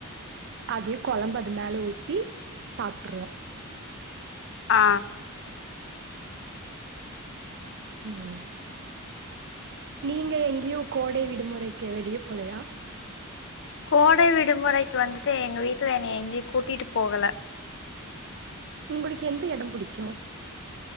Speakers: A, on the right; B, on the left.
A: அதே கொழம்பு அது மேலே ஊத்தி சாப்ட்டுருவோ
B: ஆ
A: ம் நீங்க எங்கேயூ கோடை விடுமுறைக்கு வெளிய போலையா
B: கோடை விடுமுறைக்கு வந்துட்டு எங்க வீட்ல என்ன எங்கேயு கூட்டிட்டு போகல
A: உங்களுக்கு எந்த எடம் புடிக்கு